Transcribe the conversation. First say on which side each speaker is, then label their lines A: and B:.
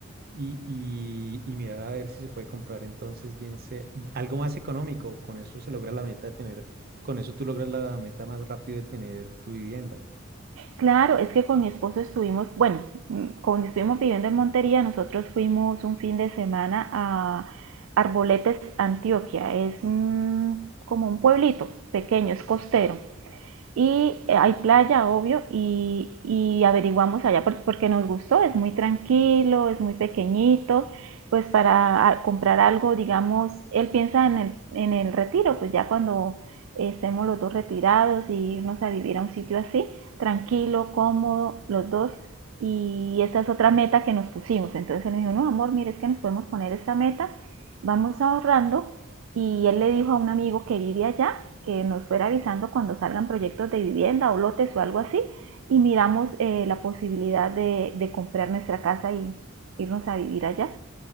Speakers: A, on the right; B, on the right.
A: Y, y, y mirar a ver si se puede comprar entonces bien se, algo más económico. Con eso se logra la meta de tener, con eso tú logras la meta más rápido de tener tu vivienda.
B: Claro, es que con mi esposo estuvimos, bueno, cuando estuvimos viviendo en Montería, nosotros fuimos un fin de semana a Arboletes, Antioquia. Es mmm, como un pueblito pequeño, es costero. y eh, hay playa, obvio, y, y averiguamos allá pues, porque nos gustó, es muy tranquilo, es muy pequeñito, pues para a- comprar algo, digamos, él piensa en el, en el retiro, pues ya cuando estemos los dos retirados y irnos a vivir a un sitio así, tranquilo, cómodo, los dos. Y esa es otra meta que nos pusimos. Entonces él me dijo, no, amor, mire, es que nos podemos poner esta meta, vamos ahorrando y él le dijo a un amigo que vive allá que nos fuera avisando cuando salgan proyectos de vivienda o lotes o algo así y miramos eh, la posibilidad de, de comprar nuestra casa y irnos a vivir allá.